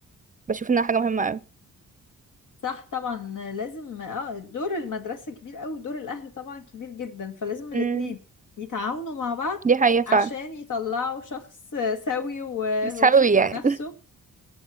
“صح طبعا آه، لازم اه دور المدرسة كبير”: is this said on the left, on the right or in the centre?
Left